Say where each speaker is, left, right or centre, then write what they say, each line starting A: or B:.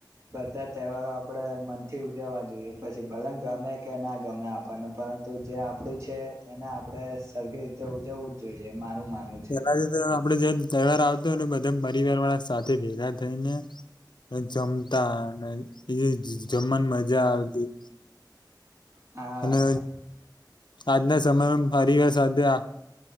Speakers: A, on the right; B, on the left.
A: બધા તહેવારો આપણે મનથી ઉજવવા જોઈએ પછી ભલંગ ગમે કે ના ગમે આપણને પરંતુ જે આપડું છે એને આપડે સરખી રીતે ઉજવવું જ જોઈએ મારે માનવ છે
B: પેલા તો આપડે જે તહેવાર આવતો હોય એટ બધા પરિવાર વાળા સાથે ભેગા થઈ ને જમતા અને એ જમવાની મજા આવતી
A: હા
B: અને આજના સમયમાં ફવા સાથેધ